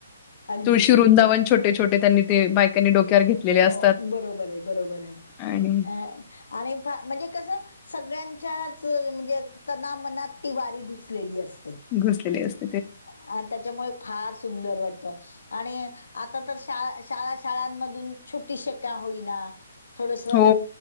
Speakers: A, on the left; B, on the left.
A: अगदी
B: तुळशी वृंदावन छोटे- छोटे त्यांनी ते बायकांनी डोक्यावर घेतलेले असतात
A: अ बरोबरय, बरोबरय,
B: आणि
A: अ आणि पा म्हणजे कसं सगळ्यांच्याच म्हणजे तनामनात ती वारी घुसलेली असते.
B: घुसलेले असत.
A: आं, त्याच्यामुळे फार सुंदर वाटत. आणि आता तर शाळा -शाळा शाळांमधून छोटी शेका होईना. थोडस,
B: हो